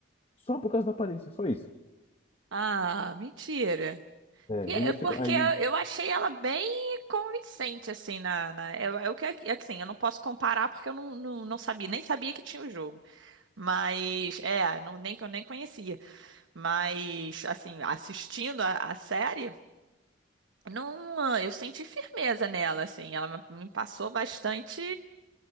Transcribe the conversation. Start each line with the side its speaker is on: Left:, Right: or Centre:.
Left: Só por causa da aparência, só isso.
Right: Ah, mentira.
Left: É,
Right: Porque
Left: eles ficam
Right: porque
Left: aí.
Right: eu achei ela bem convincente, assim, na, na, é, é o que, é que, assim, eu não posso comparar porque eu não, não, não sabia, nem sabia que tinha o jogo. Mas, é, não, nem que eu nem conhecia. Mas, assim, assistindo a, a série, não, eu senti firmeza nela, assim, ela me me passou bastante.